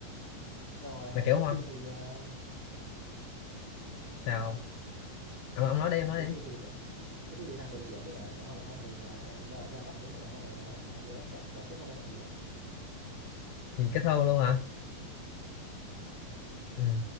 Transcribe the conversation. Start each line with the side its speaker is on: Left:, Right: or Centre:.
Right: xong rồi ờ,
Left: mà kiểu
Right: cuối
Left: hoa
Right: phim thì ờ,
Left: sao
Right: sao
Left: ông ông nói đi ông nói
Right: cuối
Left: đi
Right: phim thì cuối phim thì thằng đội trưởng với cả nhỏ Hoa Bảo Lan về nhà ra ra mắt bố mẹ xong rồi hai hai đứa chắc là kết hôn hay gì đó
Left: gì cái thơ luôn hả
Right: Ừ.
Left: ừ.